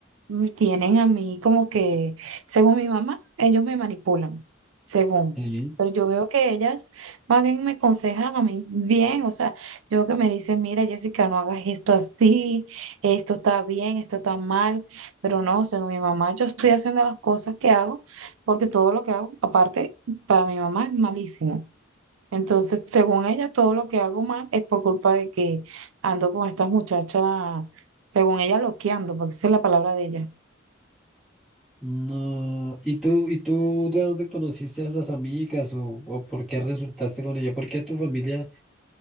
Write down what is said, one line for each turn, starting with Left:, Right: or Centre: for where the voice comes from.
Right: me tienen a mí como que, según mi mamá, ellos me manipulan, según.
Centre: Sí.
Right: Pero yo veo que ellas más bien me aconsejan a mí bien, o sea, yo veo que me dicen, mira, Jessica, no hagas esto así, esto está bien, esto está mal, pero no, según mi mamá, yo estoy haciendo las cosas que hago, porque todo lo que hago, aparte, para mi mamá es malísimo. Entonces, según ella, todo lo que hago mal es por culpa de que ando con estas muchachas, según ella, loqueando, porque esa es la palabra de ella.
Centre: No. ¿Y tú, y tú de dónde conociste a esas amigas o, o por qué resultaste con ella? ¿Por qué a tu familia?